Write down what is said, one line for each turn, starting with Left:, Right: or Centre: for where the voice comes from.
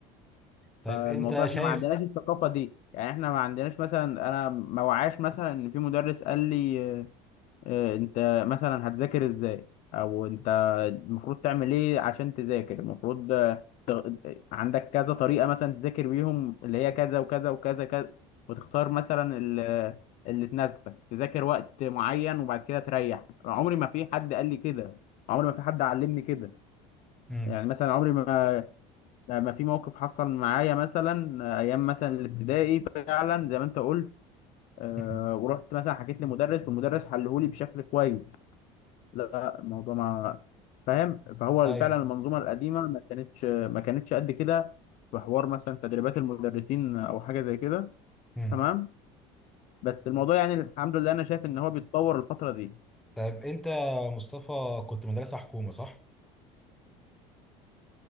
Centre: طيب
Left: فالموضوع
Centre: انت
Left: احنا
Centre: شايف
Left: ما عندناش الثقافه دي يعني احنا ما عندناش مثلا انا ما وعاش مثلا ان في مدرس قال لي آه آه، انت مثلا هتذاكر ازاي او انت المفروض تعمل ايه عشان تذاكر المفروض ت- عندك كذا طريقة مثلا تذاكر بيهم اللي هي كذا وكذا وكذا كذا وتختار مثلا ال- اللي تناسبك تذاكر وقت معين وبعد كده تريح عمري ما في حد قال لي كده عمري ما في حد علمني كده
Centre: امم
Left: يعني مثلا عمري ما ما في موقف حصل معايا مثلا ايام مثلا الابتدائي فعلا زي ما انت قلت آه،
Centre: أمم.
Left: ورحت مثلا حكيت لمدرس والمدرس حلهولي بشكل كويس لا الموضوع ما فاهم فهو
Centre: طيب
Left: فعلا المنظومه القديمه ما كانتش ما كانتش قد كده في حوار مثلا تدريبات المدرسين او حاجه زي كده
Centre: امم
Left: تمام بس الموضوع يعني الحمد لله انا شايف ان هو بيتطور الفتره دي
Centre: طيب انت يا مصطفى كنت مدرسة حكومة صح؟